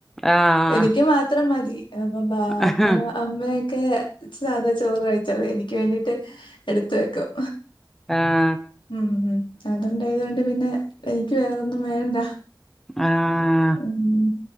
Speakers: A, in the centre; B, on the left.
A: ആഹ്
B: എനിക്ക് മാത്രം മതി അപ്പൊ അപ്പന
A: ആഹ്
B: അമ്മ ക്കെ സാധാ ചോറ് കഴിച്ചോള് എനിക്ക് വേണ്ടിട്ട് എടുത് വെക്കും
A: ആഹ്
B: ഉം അതുണ്ടായതുകൊണ്ട് പിന്നെ എനിക്ക് വേറൊന്നും വേണ്ട
A: ആഹ്
B: ഉം